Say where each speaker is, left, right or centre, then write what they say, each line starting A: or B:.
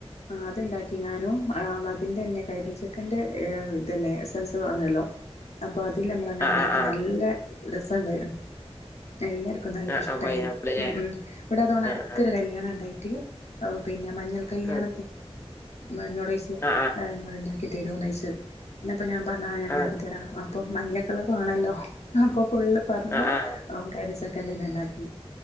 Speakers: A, on the left; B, on the left.
A: ആഹ് അതെണ്ടാക്കി ഞാനും ആഹ് അതിന്റെ തന്നെ കൈതച്ചെക്കന്റെ എഹ് ഇതന്നെ എസൻസ് എന്ന് പറഞ്ഞല്ലോ അപ്പൊ അതില് നമ്മളങ്ങനെ
B: ആ ആ ആ
A: ഇണ്ടാക്കി
B: ആ
A: നല്ല രസണ്ടേനു എല്ലാർ ക്കും നല്ല
B: ആ ആ
A: ഇഷ്ട്ടായി
B: ആ പൈനാപ്പിളല്ലേ
A: ഉം ഉം ഇവിടെ അതൊണ്ട്
B: ആ
A: അട്ത്തൊരു
B: ആ
A: കല്ല്യാണം ഇണ്ടായിട്ട് ഒഹ് പിന്നെ മഞ്ഞൾ കല്യാണ
B: ആ
A: മെനൊടൈസ്
B: ആ
A: ആഹ് ഇങ്ങള് ഇണ്ടാക്കി തെരോന്നോയ്ച്ച് ഇന്നിപ്പൊ ഞാൻ പറഞ്ഞ് ആഹ് ഞാൻ
B: ആ
A: എണ്ടാക്കി തരാം അപ്പൊ മഞ്ഞ കളറ് വേണല്ലോ അപ്പൊ ഫുള്ള് പറഞ്ഞണം
B: ആ ആ
A: ഓൻ കൈതച്ചക്കെന്റേന്നെ എണ്ടാക്കി